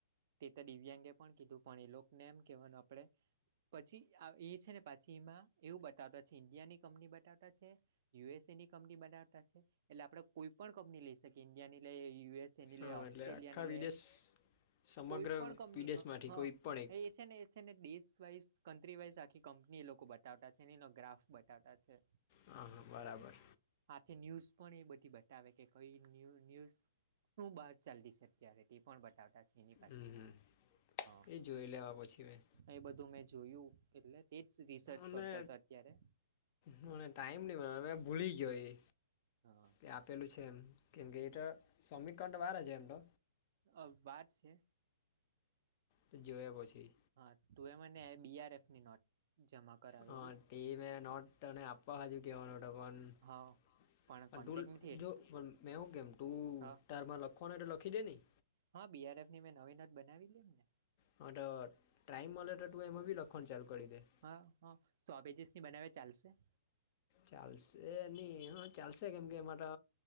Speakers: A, on the right (about 45°); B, on the left (about 30°).
A: તે તો દિવ્યાંગે પણ કીધું પણ એલોકને એમ કહેવાનું આપડણે પછી આ એ છે ને પાછી એમાં એવું બતાવતતા છે ઈન્ડિયાની કંપની બતાવતતા છે. યુએસએ ની કંપની બનાવતતા છે એટલે આપણેે કોઈ પણ કંપની લઈ શકીએ ઇન્ડિયાની લઈ યુએસ એ
B: હા
A: લે, ઓસ્ટ્રેલિયાની
B: એટલે આખા વિદેશ
A: લે.
B: સમગ્ર
A: કોઈ પણ કંપની
B: વિદેશમાંથી
A: હ હ
B: કોઈ પણ એક
A: એ છે ને એ છે ને દેશ વાઈઝ, કન્ટ્રી વાઈઝ આખી કંપની એ લોકો બતાવતતા છે ને એનો ગ્રાફ બતાવતતા છે.
B: હા, હા, બરાબર.
A: આખી ન્યૂઝ પણ એ બધી બતાવે કે કઈ ન્યૂઝ ન્યૂઝ શું બહાર ચાલતી છે અત્યારે તે પણ બતાવતા. એની પાછળ
B: હમ હમ
A: હા.
B: એ જોઈ લેવા પછી મેં
A: એ બધું મેં જોયું એટલે તેજ રિસર્ચ
B: અને
A: કરતો હતો અત્યારે.
B: મને ટાઈમ નહી મળ્યો. મે ભૂલી ગયો એ.
A: હા.
B: એ આપેલું છે એમ, કેમ કે એ તો સબમીટ કરવાનું તો વાર અજુ એમ તો.
A: અ વાત છે.
B: તો જોયે પછી.
A: હા, તું એ મને બી આર એફ ની નોટ જમા કરાવેલી
B: હા ટી મે નોટ અને આપવા હજુ કેવાનો પણ
A: હા પણ કોન્ટેક
B: ત
A: નથી
B: જો મે હું કેમ તું
A: હા
B: તારમાં લખ્ થવાનો તો લખી દે ની.
A: હા, બી આર એફ ની મેં નવી નોટ બનાવે લી ને.
B: હા તો ટાઈમ મળે તો તું એમાં બી લખવાનુ ચાલુ કરી દે.
A: હા હા સો પેજીસ ની બનાવે ચાલશે?
B: ચાલશે નહી હા ચાલશે કેમ કે એ માટે